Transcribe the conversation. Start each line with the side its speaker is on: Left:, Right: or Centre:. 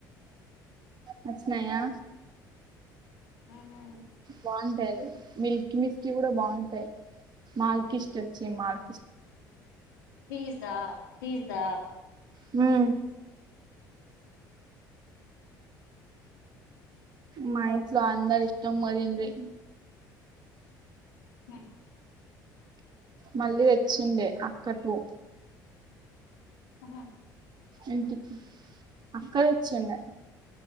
Right: వచ్చినయా
Left: ఉమ్
Right: బాగుంటాయిది మిల్క్ మిస్ట్ కూడా బాగుంటాయి మాల్ కిష్టచ్చి మాల్
Left: ఫీజ్ దా ఫీజ్ దా
Right: హ్మ్ మా ఇంట్లో అందరి ఇష్టం మరిన్రి
Left: హ్మ్
Right: మళ్ళీ తెచ్చిండే అక్కకు
Left: ఉహ్మ్
Right: ఎంత అక్క తెచ్చిండె